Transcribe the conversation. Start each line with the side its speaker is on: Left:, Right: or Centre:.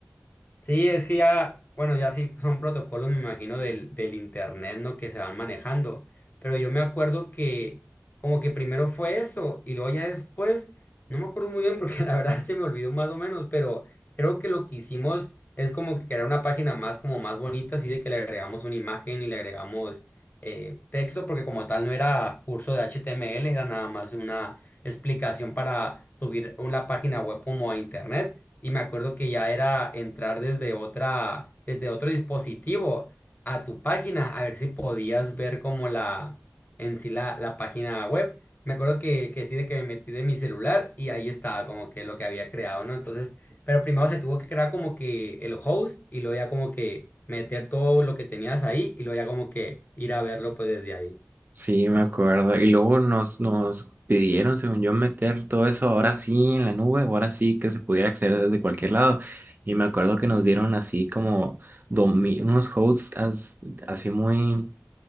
Left: Sí, es que ya, bueno, ya sí son protocolos, me imagino, del, del internet, ¿no? Que se van manejando. Pero yo me acuerdo que como que primero fue eso y luego ya después, no me acuerdo muy bien porque <laughs> la verdad se me olvidó más o menos, pero creo que lo que hicimos es como que crear una página más, como más bonita, así de que le agregamos una imagen y le agregamos eh, texto, porque como tal no era curso de HTML, era nada más una explicación para subir una página web como a internet y me acuerdo que ya era entrar desde otra, desde otro dispositivo a tu página, a ver si podías ver como la, en sí la, la página web. Me acuerdo que, que sí, de que me metí de mi celular y ahí estaba como que lo que había creado, ¿no? Entonces, pero primero se tuvo que crear como que el host y luego ya como que meter todo lo que tenías ahí y luego ya como que ir a verlo pues desde ahí.
Right: Sí, me acuerdo. Y luego nos, nos pidieron, según yo, meter todo eso ahora sí en la nube, ahora sí que se pudiera acceder desde cualquier lado. Y me acuerdo que nos dieron así como domi- unos hosts as- así muy